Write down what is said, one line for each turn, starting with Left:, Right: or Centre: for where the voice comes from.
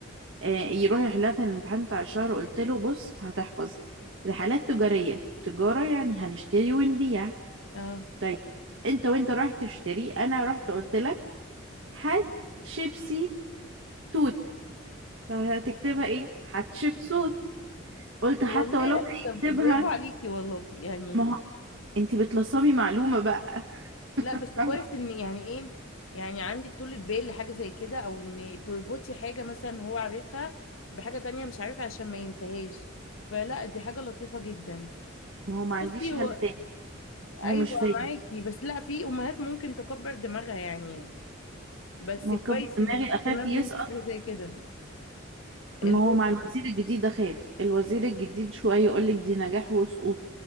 Right: آه، يروح يحلها في الامتحان بتاع الشهر قلت له بص هتحفظ رحلات تجارية تجارة يعني هنشتري ونبيع
Left: اه
Right: طيب انت وانت رايح تشتري أنا رحت قلت لك هات شيبسي توت فهتكتبها ايه حتشبسوت قلت حتى
Left: والله
Right: ولو
Left: طب
Right: هيكتبها
Left: برافو عليكي والله يعني
Right: ما هو انت بتلصمي معلومة بقى
Left: لا بس
Right: فاهمة
Left: كويس ان يعني ايه يعني عندك طولة بال لحاجة زي كده او ان تربطي حاجة مثلا هو عارفها بحاجة تانية مش عارفها عشان ما ينساهاش فلا دي حاجة لطيفة جدا
Right: ما هو ما عنديش
Left: بصي
Right: حل
Left: هو
Right: تاني ما
Left: ايوه
Right: هو مش فاهم
Left: معاكي بس لا في امهات ممكن تكبر دماغها يعني بس
Right: ما هو
Left: كويس
Right: كبر دماغي
Left: ان في اهتمام
Right: اخاف يسقط
Left: منك بحاجة زي كده اللي
Right: ما هو
Left: هو
Right: مع الوزير الجديد اخاف الوزير الجديد شوية يقولك دي نجاح وسقوط